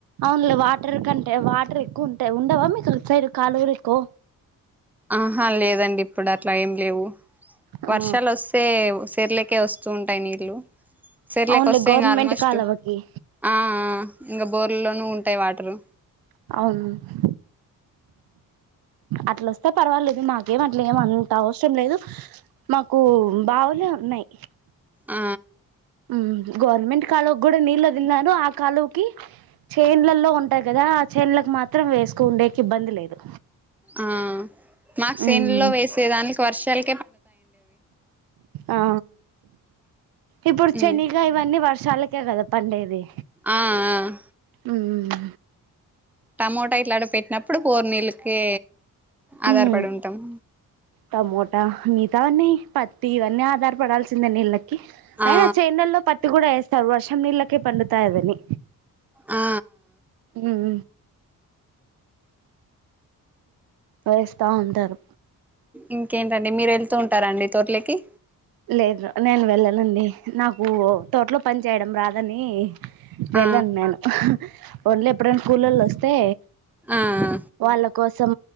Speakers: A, on the right; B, in the centre.
A: అవున్లే వాటర్ కంటే వాటరేక్కువున్టాయి ఉండవా? మీకు అట్ సైడ్ కాలువ రిక్కో.
B: ఆహా లేదండిప్పుడు అట్లా ఏం లేవు
A: ఆ
B: వర్షాలోస్సే సెర్లకే వస్. సున్టాయ్ నీళ్లు సెర్లోకోస్సే
A: అవునులే గవర్నమెంట్
B: ఇంగ ఆల్మోస్ట్
A: కాలవకి
B: ఆ ఆ ఇంగ బోర్లోనూ ఉంటాయి వాటరు
A: అవును అట్లోస్తే పర్వాలేదు మాకేం అట్లేమ్ అంత అవ్సరం లేదు మాకు బావులే ఉన్నాయి
B: ఆ
A: మ్ గవర్నమెంట్ కాల్వకూడా నీళ్ళు వదిల్నారు ఆ కాల్వకి. చేన్న్లల్లో ఉంటాయి కదా! ఆ చేన్లకు మాత్రం వేసుకోన్డేకి ఇబ్బంది లేదు.
B: ఆ మాక్ సేన్డ్లాలో
A: ఉమ్
B: వేసేదానికి వర్షాల్
A: ఆ ఇప్పుడు
B: ఉమ్
A: చెనిగా ఇవన్నీ వర్. ర్షలకే కదా పండేది
B: ఆ ఆ
A: ఉమ్
B: టమోటా ఇట్లాటీవి పెట్టినప్పుడు బోర్ నీళ్ళకి ఆధారపడి
A: ఉమ్
B: ఉంటామ్.
A: టమోటా మితవన్నీ పత్తి ఇవన్నీ ఆధారపడాల్సిందె నీళ్ళ కి అయినా
B: ఆ
A: చేన్న్లల్లో పత్తి కూడా వేస్తారు వర్షం నీళ్ళకే పండుతాదని.
B: ఆ
A: ఉమ్ వేస్తా ఉంటారు
B: ఇంకేంటండి మీరు ఏళ్తుంటారండి తోట్లోకి
A: లేద్ర నేను వెళ్ళనండి నాకు తోట్లో పన్ చేయడం రాదని. వెళ్ళన్
B: ఆ
A: నేను ఒల్లెప్పుడన్నా కూలోల్లోస్తే
B: ఆ ఆ
A: వాళ్ళ కోసం